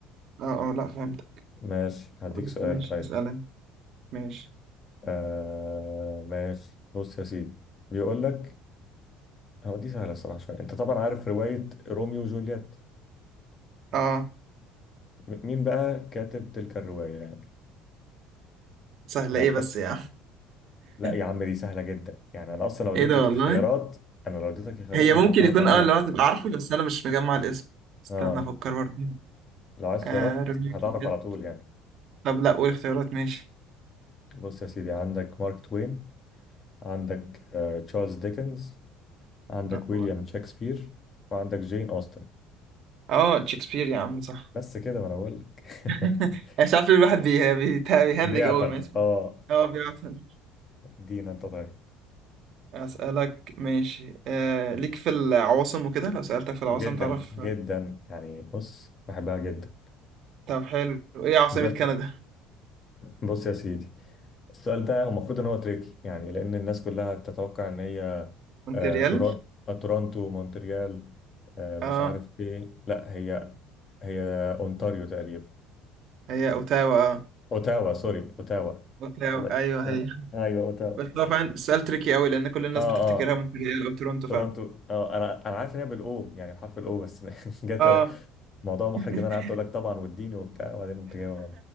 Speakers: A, on the right; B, on the left.
A: اه اه لا فهمت
B: ماشي هديك
A: خلاص
B: سؤال
A: ماشي
B: طيب
A: اسأل أنا. ماشي
B: آه ماشي بص يا سيدي بيقول لك هو دي سهلة الصراحة شوية انت طبعا عارف رواية روميو وجولييت
A: اه
B: م- مين بقى كاتب تلك الرواية يعني
A: سهلة
B: لو
A: ايه
B: احتاج
A: بس يا عم
B: لا يا عم
A: <laughs>
B: دي سهلة جدا يعني انا اصلا لو اديتك
A: ايه ده والله
B: الخيارات انا لو اديتك الخيارات
A: هي
B: انت
A: ممكن
B: هتعرف
A: يكون
B: على طول
A: اه اللي هو تبقى عارفه بس انا مش مجمع الاسم استنى
B: اه
A: افكر برضه
B: لو عايز
A: آه
B: خيارات
A: روميو
B: هتعرف
A: وجولييت
B: على طول يعني
A: طب لا قول اختيارات ماشي
B: بص يا سيدي عندك مارك توين عندك آه، تشارلز ديكنز عندك
A: لا
B: ويليام
A: برضه
B: شكسبير وعندك جين أوستن
A: اه شكسبير يا عم صح
B: بس كده ما انا بقول لك <laughs>
A: <laughs> مش عارف ليه الواحد بيه- بيت- بيهنج
B: بيعطل
A: اول ما يسمع
B: اه
A: اه بيقعد
B: ادينا انت طيب
A: اسالك ماشي آه ليك في العواصم وكده لو سالتك في العواصم
B: جدا
A: تعرف
B: جدا يعني بص بحبها جدا
A: طب حلو ايه عاصمة
B: ب-
A: كندا
B: بص يا سيدي السؤال ده المفروض ان هو تريكي يعني لان الناس كلها تتوقع ان هي
A: مونتريال
B: آه، تورون- آه، تورونتو مونتريال آه، مش
A: اه
B: عارف ايه لا هي هي اونتاريو تقريبا
A: هي اوتاوا اه
B: اوتاوا سوري اوتاوا
A: اوتاوا
B: والله
A: ايوه
B: يلا
A: هي
B: ايوه اوتاوا
A: بس هو فعلا سؤال تريكي قوي لان كل الناس
B: اه
A: بتفتكرها
B: اه
A: مونتريال او تورونتو
B: تورونتو
A: فعلا
B: اه انا انا عارف ان هي بالاو يعني بحرف الاو بس <laughs> جت
A: اه
B: موضوع محرج
A: <laughs>
B: ان انا قعدت اقول لك طبعا والدين وبتاع وبعدين قمت جايبها غلط